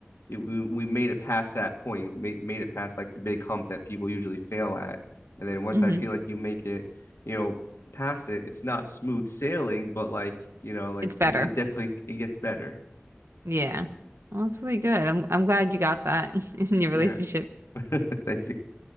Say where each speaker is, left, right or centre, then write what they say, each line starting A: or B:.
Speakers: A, on the left; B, on the right.
A: it, we, we made it past that point, made, made it past like the big hump that people usually fail at. And then once
B: hmm
A: I feel like you make it, you know, past it, it's not smooth sailing, but like, you know, like
B: It's better.
A: it, it definitely it gets better.
B: Yeah. Well, it's really good. I'm I'm glad you got that <laughs> in your relationship.
A: Yeah. <laughs> Thank you.